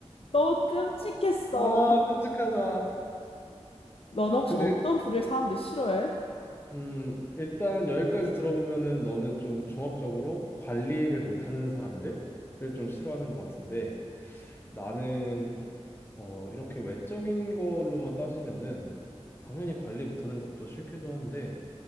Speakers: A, on the left (about 55°); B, on the left (about 20°).
A: 너무 끔찍했어.
B: 아, 끔찍하다.
A: 너는 혹시
B: 근데
A: 어떤 부류의 사람들 싫어해?
B: 음, 일단 여기까지 들어보면은 너는 좀 종합적으로 관리를 못하는 사람들을 좀 싫어하는 것 같은데 나는 어, 이렇게 외적인 걸로만 따지면은 당연히 관리 못하는 것도 싫기도 한데